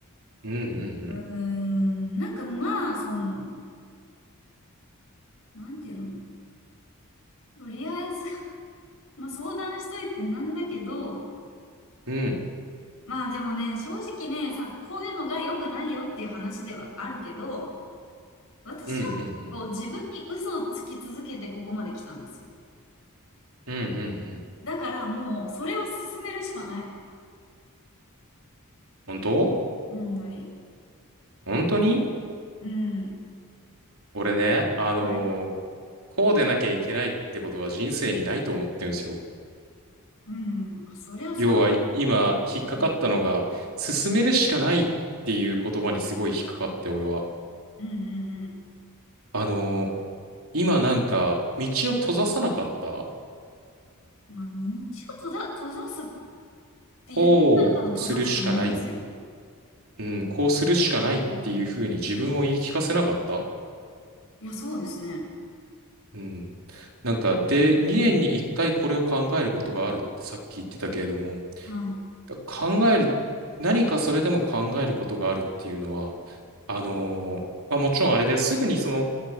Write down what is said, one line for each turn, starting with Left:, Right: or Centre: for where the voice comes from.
Right: うん、う
Left: うーん、
Right: ん、
Left: なんかまあ、その、なんていうのとりあえず <laughs> まあ相談しといてなんだけど、
Right: うん、うん、
Left: まあでもね、正直ね、さ、こういうのが良くないよっていう話ではあるけど、私は結構自分に嘘をつき続けてここまで来たんですよ。
Right: うん、うん、うん、うん、うん、うん、
Left: だからもうそれを進めるしかない。
Right: 本当
Left: 本当に。
Right: 本当に
Left: うん。
Right: 俺ね、あのー
Left: はい。
Right: こうでなきゃいけないってことは人生にないと思ってるんですよ。
Left: うん。まあそりゃそうなんですけど。
Right: 要は今引っかかったのが、
Left: はい。
Right: 進めるしかないっていう言葉にすごい引っかかって俺は。
Left: うんうん
Right: あのー今なんか道を閉ざさなかった
Left: うん。まあ道を閉ざ、閉ざすって
Right: こうするしかない。
Left: 言ったら多分閉ざすと思いますよ。
Right: うん、こうするしかないっていうふうに自分を言い聞かせなかった
Left: うん。いや、そうですね。
Right: うん。なんか、で、2年に1回これを考えることがあるってさっき言ってたけれども、
Left: はい。
Right: 考える、何かそれでも考えることがあるっていうのは、あのーまあ、もちろんあれですぐにその